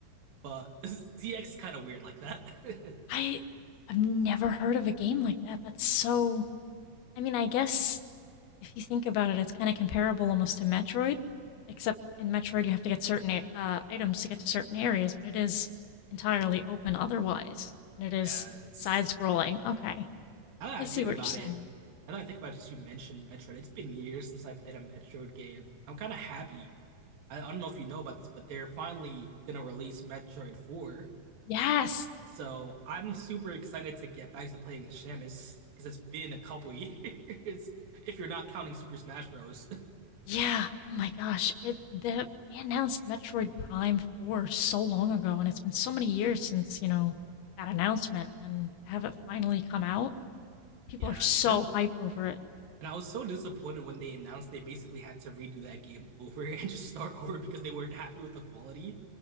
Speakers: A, on the right; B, on the left.
A: But <laughs> ZX is kind of weird like that. <laughs>
B: I I've never heard of a game like that. That's so I mean, I guess if you think about it, it's kind of comparable almost to Metroid, except in Metroid you have to get certain a- uh, items to get to certain areas, but it is entirely open otherwise, and it is
A: Yes.
B: side-scrolling. Okay,
A: Now that
B: I
A: I
B: see
A: think
B: what
A: about
B: you're
A: it,
B: saying.
A: now that I think about it, you mentioned Metroid. It's been years since I played a Metroid game. I'm kind of happy. I, I don't know if you know about this, but they're finally gonna release Metroid 4.
B: Yes.
A: So I'm super excited to get back to playing as Samus because it's been a couple years <laughs> if you're not counting Super Smash Bros. <laughs>
B: Yeah. Oh my gosh. It the they announced Metroid Prime 4 so long ago and it's been so many years since, you know, that announcement and to have it finally come out. People
A: Yes,
B: are so
A: and then
B: hyped over it.
A: And I was so disappointed when they announced they basically had to redo that game <laughs> over and just start over because they weren't happy with the quality.